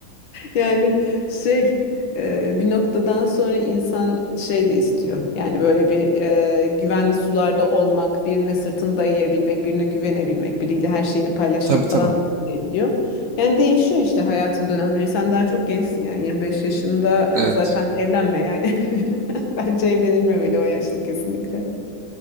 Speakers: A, on the left; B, on the right.
A: Yani şey e, bir noktadan sonra insan şey de istiyor. Yani böyle bir e, güvenli sularda olmak, birine sırtını dayayabilmek, birine güvenebilmek, biriyle her şeyini paylaşmak
B: Tabii tabii.
A: falan da isteyebiliyor. Yani değişiyor işte hayatın dönemleri. Sen daha çok gençsin yani 25 yaşında
B: Evet.
A: zaten evlenme yani. <laughs> Bence evlenilmemeli o yaşta kesinlikle.